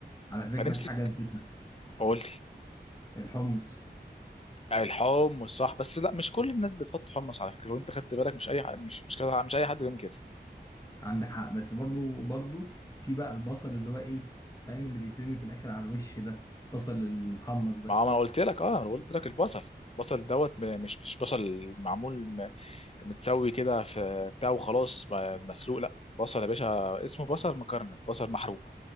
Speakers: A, on the left; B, on the left.
A: على فكرة
B: فنمسك
A: في حاجة نسيتها
B: قول لي
A: الحمص
B: الحمص صح بس لا مش كل الناس بتحط حمص على فكره لو انت خدت بالك مش اي ح- مش مش كده مش اي حد بيعمل كده
A: عندك حق بس برضو برضو في بقى البصل اللي هو ايه فاهم اللي بيترمي في الاخر على الوش ده البصل المحمص ده
B: ما هو انا قلت لك اه انا قلت لك البصل البصل دوت م- مش مش بصل معمول م- متسوي كده في بتاع وخلاص م- مسلوق لا بصل يا باشا اسمه بصل مكرمل بصل محروق